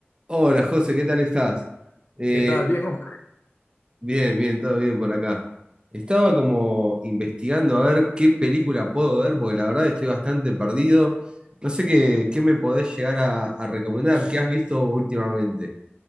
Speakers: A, on the right (about 25°); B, on the left (about 55°).
A: Hola José, ¿qué tal estás? Eh,
B: ¿Qué tal? Bien, hombre.
A: bien, bien, todo bien por acá. Estaba como investigando a ver qué película puedo ver, porque la verdad estoy bastante perdido. No sé qué, qué me podés llegar a, a recomendar, qué has visto últimamente.